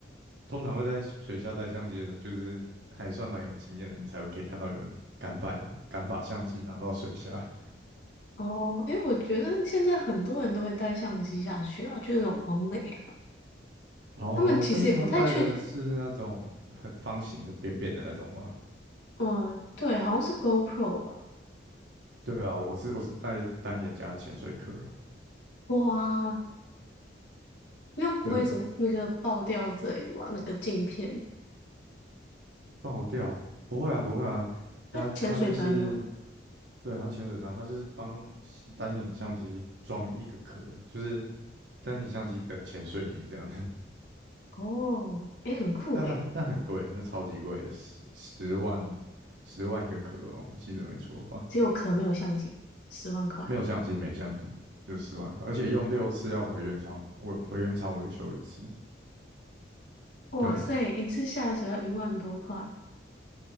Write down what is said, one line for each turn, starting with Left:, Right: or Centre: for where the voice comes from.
Right: 通常会在水下带相机的人，就是还算蛮有经验的，你才会可以看到有人敢摆，敢把相机拿到水下。
Left: <laughs> 哦，诶，我觉得现在很多人都会带相机下去啊，就是那种网美啊，
Right: 然后，
Left: 他们其实也不太确，
Right: 但是他们带的是那种很方形的、扁扁的那种吗？
Left: 嗯、对，好像是 GoPro 吧。
Right: 对啊，我是我是带单眼加潜水壳。
Left: 哇，那不会什么那个爆掉之类的吧？
Right: 对啊，
Left: 那个镜片，
Right: 爆掉不会啊，不会啊，他他就是
Left: 它潜水专用
Right: 对他潜水装，他就是帮单眼相机装一个壳，就是单眼相机的潜水衣这样。
Left: 哦，诶，很酷诶，
Right: 但那那很贵，那超级贵的，十十万十万一个壳哦，我记得没错的话，
Left: 只有壳没有相机，十万块，
Right: 没有相机没相机，就十万块，而且用六次要回原厂维回原厂维修一次，
Left: 哇塞，
Right: 对，
Left: 一次下水要一万多块，